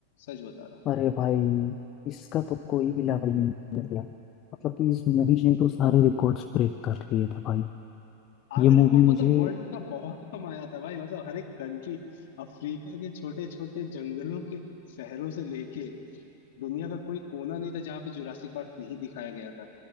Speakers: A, on the left; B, on the left.
A: सच बता रहा हूँ
B: अरे भाई इसका तो कोई भी लेवल नहीं निकला मतलब कि इस मूवी मूवी ने तो सारे रिकॉर्ड्स ब्रेक कर लिए थे भाई
A: आरआर
B: ये
A: रिकॉर्ड
B: मूवी
A: मतलब
B: मुझे
A: वर्ल्ड का बहुत कमाया था भाई मतलब हर एक कंट्री अफ्रीका के छोटे छोटे जंगलों के शहरों से लेके दुनिया का कोई कोना नहीं था जहाँ पे जुरासिक पार्क नहीं दिखाया गया था